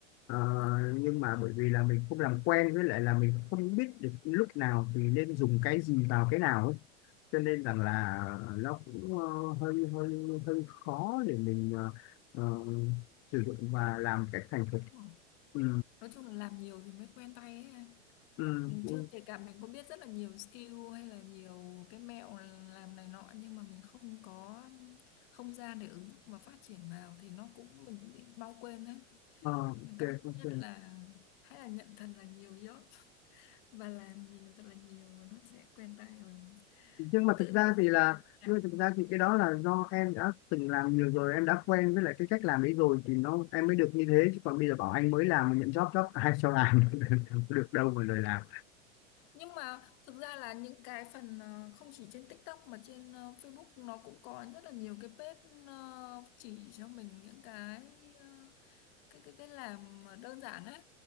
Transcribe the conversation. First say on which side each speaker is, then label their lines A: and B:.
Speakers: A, on the left; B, on the left.
A: Ờ,
B: dạ.
A: nhưng mà
B: Đó.
A: bởi vì là mình không làm quen với lại là mình không biết được lúc nào thì nên dùng cái gì vào cái nào ấy cho nên rằng là nó cũng ờ, hơi hơi hơi khó để mình ờ, ờ, sử dụng và làm cách thành thục
B: Đúng rồi.
A: ừ,
B: Nói chung là làm nhiều thì mới quen tay ấy. em.
A: ừ,
B: Ừ,
A: ừ.
B: Chứ kể cả mình có biết rất là nhiều skill hay là nhiều cái mẹo làm này nọ nhưng mà mình không có không gian để ứng dụng và phát triển vào thì nó cũng mình cũng bị mau quên đấy.
A: Ờ, ok
B: Nên cách tốt
A: ok
B: nhất là hay là nhận thật là nhiều job và làm nhiều thật là nhiều và nó sẽ quen tay và
A: nhưng
B: nó
A: mà
B: tự
A: thực ra
B: động nó
A: thì
B: in
A: là
B: vào não
A: nhưng mà thực ra thì cái đó là do em đã từng làm nhiều rồi em đã quen với lại cái cách làm ấy rồi thì nó em mới được như thế chứ còn bây giờ bảo anh mới làm mà nhận job job <laughs> ai cho làm <laughs> Không có được đâu mà lời làm
B: nhưng mà thực ra là những cái phần ờ, không chỉ trên TikTok mà trên ờ, Facebook nó cũng có rất là nhiều cái page ờ, chỉ cho mình những cái ờ, cái cái cái làm mà đơn giản ấy